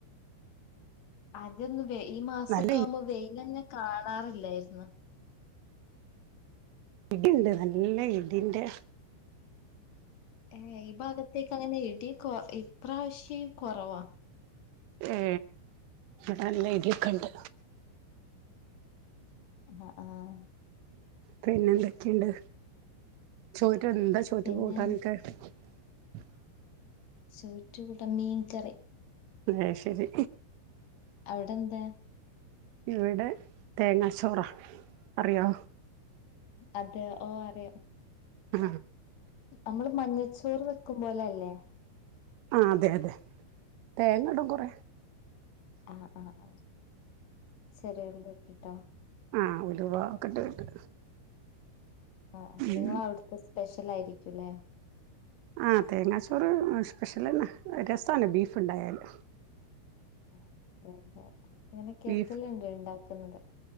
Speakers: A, on the left; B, on the right.
A: ആദ്യൊന്ന വ ഈ മാസമക്കെ
B: നല്ല
A: ആവുമ്പോ വെൽ തന്നെ കാണ കാണാറില്ലായിരുന്നു
B: ഇടുണ്ട് നല്ല ഇടിന്റെ
A: ഏ ഈ ഭാഗത്തേക്ക് അങ്ങനെ ഇടി കൊ ഇപ്രാവശ്യം കൊറവാ
B: ഏ നല്ല ഇതിൊക്കെ ഇണ്ട്
A: ആഹ ആഹ
B: പിന്നെന്തൊക്കെയണ്ട് ചോറ്റ എന്താ ചോറ്റു
A: പിന്നെ
B: പൂട്ടാനൊക്കെ ഉ <unintelligible>
A: ചോറ്റ കൂടെ മീൻ കറി
B: അ ശരി
A: അവിടെ എന്താ
B: ഇവിടെ തേങ്ങാ ചോറ അറിയോ
A: അതെ ഓ അറിയോ
B: ആ
A: നമ്മള് മഞ്ഞച്ചോർ വെക്കും പോോലല്ലേ
B: ആ അതെ അതെ തേങ്ങ ഇടും കൊറ
A: ആഹ ആഹ ആഹ ശരികള ട്ടാ
B: ആഹ് ഉലുവ ഒക്കെ ഇട്ടിട്ട്
A: ആ
B: ഉം
A: നിങ്ങ അവിടുത്തെ സ്പെഷ്യൽ ആയിരിക്കുംല്ലേ
B: ആ തേങ്ങാച്ചോറ് സ്പെഷ്യൽന്നെ രസമാണ് ബീഫ് ഉണ്ടായാല്
A: ആ അതെ അതെ ഇങ്ങനെ കേക്കല്ലാംണ്ട്
B: ബീഫ്
A: ഉണ്ടാക്കുന്നത്.